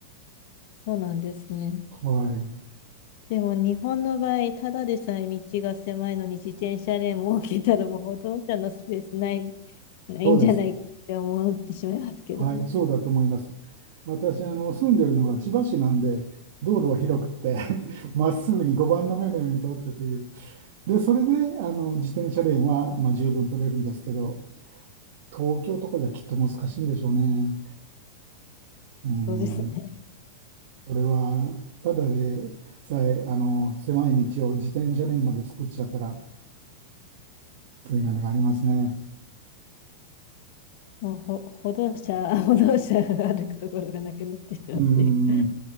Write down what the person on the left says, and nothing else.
そうなんですね。
でも日本の場合、ただでさえ道が狭いのに自転車レーンも設けたらもう歩道者のスペースないないんじゃないって思ってしまいますけどね。
そうですね。
もうほ歩道者、<laughs> 歩道者が歩くところがなくなってしまっている。